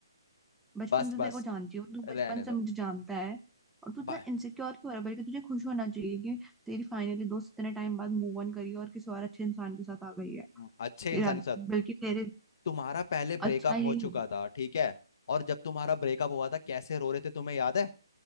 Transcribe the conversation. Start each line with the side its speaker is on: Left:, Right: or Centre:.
Centre: बचपन
Left: बस
Centre: से
Left: बस
Centre: तेरे को जानती हूँ तू
Left: रहने
Centre: बचपन से
Left: दो
Centre: मुझे जानता है और तू इतना
Left: भाई
Centre: इनसिक्योर क्यों हो रहा है बल्कि तुझे खुश होना चाहिए कि तेरी फाइनली दोस्त इतने टाइम बाद मूव ऑन करी है और किसी और अच्छे इंसान के साथ आ गई है
Left: हम्म, अच्छे
Centre: कि
Left: इंसान
Centre: रा-
Left: के साथ
Centre: बल्कि तेरे
Left: तुम्हारा पहले ब्रेकअप
Centre: अच्छा ही
Left: हो चुका
Centre: हो
Left: था ठीक है और जब तुम्हारा ब्रेकअप हुआ था कैसे रो रहे थे तुम्हें याद है